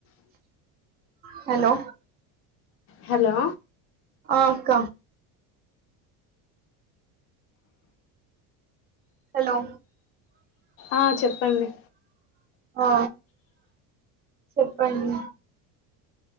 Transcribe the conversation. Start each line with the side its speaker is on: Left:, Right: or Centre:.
Right: హలో
Left: హలో
Right: ఆ అక్క హలో
Left: ఆ చెప్పండి
Right: ఆ చెప్పండి